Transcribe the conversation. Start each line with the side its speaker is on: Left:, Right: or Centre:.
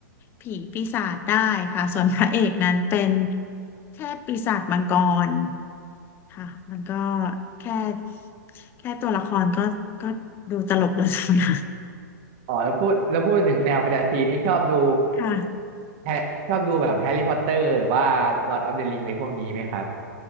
Left: ผีปีศาจได้ค่ะส่วนพระเอกนั้นเป็นเทพปีศาจมังกรค่ะมันก็แค่แค่ตัวละครก็ก็ดูตลกแล้วนะ
Right: อ๋อแล้วพูดแล้วพูดถึงแนวแฟนตาซีนี่ชอบดู
Left: ค่ะ
Right: แฮชอบดูแบบแฮร์รี่พอตเตอร์หรือว่าลอร์ดออฟเดอะริงอะไรพวกนี้ไหมครับ